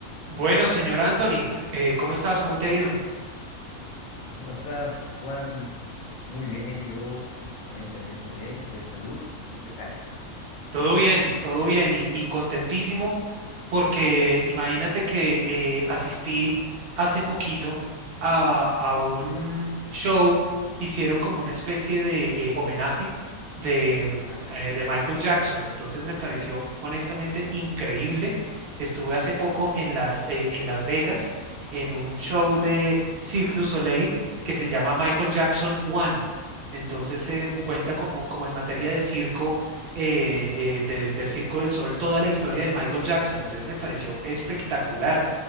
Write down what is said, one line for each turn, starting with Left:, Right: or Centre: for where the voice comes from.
Right: Bueno, señor Anthony, eh, ¿cómo estás? ¿Cómo te ha ido?
Left: ¿Cómo estás, Juan? Muy bien, yo excelentemente bien, de salud. ¿Tú qué tal?
Right: Todo bien, todo bien y, y contentísimo porque imagínate que eh, asistí hace poquito a, a un show que hicieron como una especie de eh, homenaje de, mm,
Left: Ah,
Right: eh, de Michael Jackson. Entonces me pareció honestamente increíble. Estuve hace poco en las, eh, en Las Vegas en un show de Cirque du Soleil que se llama Michael Jackson One. Entonces eh, cuenta
Left: ok.
Right: como, como en materia de circo eh, eh, del, del Circo del Sol toda la historia de Michael Jackson, entonces me pareció espectacular.